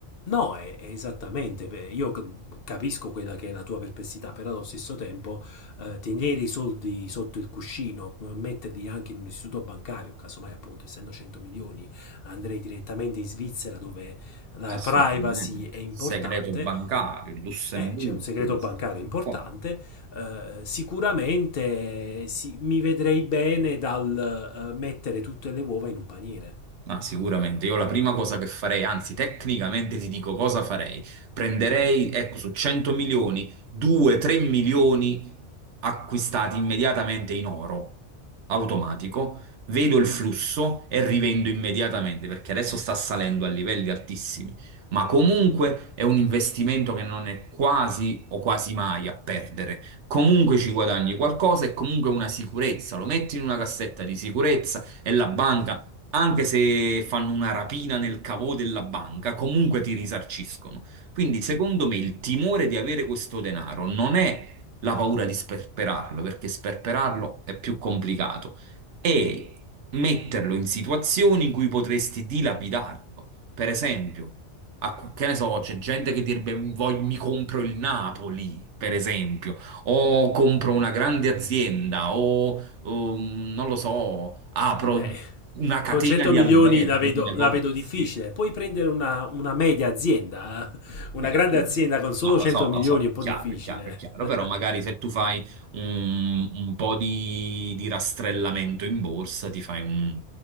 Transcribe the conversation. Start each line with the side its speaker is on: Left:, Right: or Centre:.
Left: No, è, è esattamente, beh, io cap- capisco quella che è la tua perplessità, però allo stesso tempo eh, tenere i soldi sotto il cuscino, eh, metterli anche in un istituto bancario, casomai appunto essendo 100 milioni andrei direttamente in Svizzera dove la
Right: Assolutamente.
Left: privacy è importante,
Right: Segreto bancario, Lussemburgo,
Left: Eh, c'è un segreto
Right: queste
Left: bancario
Right: cose
Left: importante.
Right: qua.
Left: eh, sicuramente sì, mi vedrei bene dal eh, mettere tutte le uova in un paniere.
Right: Ah, sicuramente. Io la prima cosa che farei, anzi, tecnicamente ti dico cosa farei. Prenderei, ecco, su 100 milioni, 2-3 milioni acquistati immediatamente in oro, automatico. Vedo il flusso e rivendo immediatamente, perché adesso sta salendo a livelli altissimi. Ma comunque è un investimento che non è quasi o quasi mai a perdere. Comunque ci guadagni qualcosa e comunque una sicurezza. Lo metti in una cassetta di sicurezza e la banca anche se fanno una rapina nel cavo della banca, comunque ti risarciscono. Quindi, secondo me, il timore di avere questo denaro non è la paura di sperperarlo, perché sperperarlo è più complicato, è metterlo in situazioni in cui potresti dilapidarlo. Per esempio, a cu- che ne so, c'è gente che direbbe "Voglio- mi compro il Napoli, per esempio, o compro una grande azienda, o um, non lo so, apro
Left: Eh,
Right: una catena
Left: con 100
Right: di
Left: milioni
Right: alberghi,
Left: la vedo,
Right: di negozi.
Left: la vedo difficile. Puoi prendere una, una media azienda, eh? una
Right: Eh,
Left: grande
Right: appunto.
Left: azienda con solo
Right: No, lo
Left: 100
Right: so,
Left: milioni
Right: lo so,
Left: è
Right: è
Left: un po'
Right: chiaro,
Left: difficile.
Right: è chiaro, è chiaro,
Left: <laughs>
Right: però magari se tu fai un, un po' di, di rastrellamento in borsa, ti fai un-